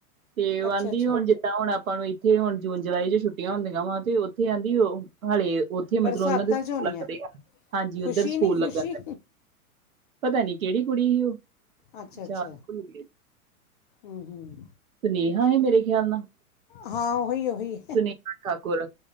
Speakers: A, on the right; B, on the left.
A: ਤੇ ਉਹ
B: ਅੱਛਾ
A: ਆਹਂਦੀ
B: ਅੱਛਾ
A: ਉੰਜ ਤਾਂ ਹੁਣ ਆਪਾਂ ਨੂੰ ਇੱਥੇ ਹੁਣ ਜੂਨ ਜੁਲਾਈ ਚ ਛੁੱਟੀਆਂ ਹੁੰਦੀਆਂ ਵਾ ਤੇ ਉੱਥੇ ਆਹਂਦੀ ਉਹ ਹਾਲੇ ਉੱਥੇ ਮਤਲਬ
B: ਬਰਸਾਤਾਂ
A: ਉਹਨਾਂ ਦੇ ਸਕੂਲ
B: 'ਚ ਹੋਣੀ
A: ਲੱਗਦੇ
B: ਹੈ
A: ਆ? ਹਾਂਜੀ ਉੱਧਰ
B: ਖੁਸ਼ੀ
A: ਸਕੂਲ
B: ਨਹੀਂ ਖੁਸ਼ੀ
A: ਲੱਗਣ ਡੇ। ਪਤਾ ਨੀ ਕਿਹੜੀ ਕੁੜੀ ਹੀ ਉਹ।
B: ਅੱਛਾ-ਅੱਛਾ,
A: ਅੱਛਾ ਭੁੱਲ
B: ਹੂੰ-ਹੂੰ।
A: ਸਨੇਹਾ ਹੀ ਮੇਰੇ ਖਿਆਲ ਨਾਲ
B: ਹਾਂ ਉਹੀ-ਉਹੀ,
A: ਸੁਨੇਹਾ ਠਾਕੁਰ